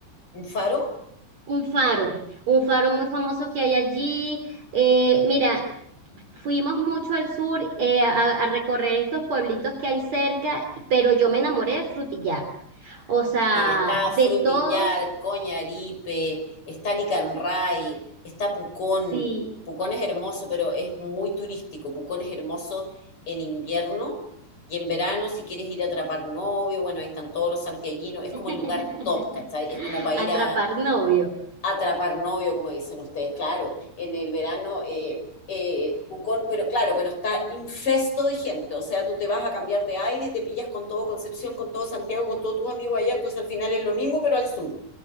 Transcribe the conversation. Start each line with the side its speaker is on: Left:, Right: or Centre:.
Left: ¿Un faro?
Right: Un faro, un faro muy famoso que hay allí. Eh, mira, Fuimos mucho al sur eh, a, a recorrer estos pueblitos que hay cerca, pero yo me enamoré de Frutillar. O sea,
Left: Sí, está
Right: de
Left: Frutillar,
Right: todos,
Left: Coñaripe, está Licanray, está Pucón.
Right: sí.
Left: Pucón es hermoso, pero es muy turístico. Pucón es hermoso en invierno y en verano, si quieres ir a atrapar novio, bueno, ahí están todos los santiaguinos. Es
Right: <laughs>
Left: como el lugar top, ¿cachai? Es como para ir
Right: Atrapar
Left: a,
Right: novio.
Left: Atrapar novio, como dicen ustedes, claro. En el verano, eh, eh, tú con- pero claro, pero está infesto de gente. O sea, tú te vas a cambiar de aire y te pillas con todo Concepción, con todo Santiago, con todos tus amigos allá. Entonces al final es lo mismo, pero al sur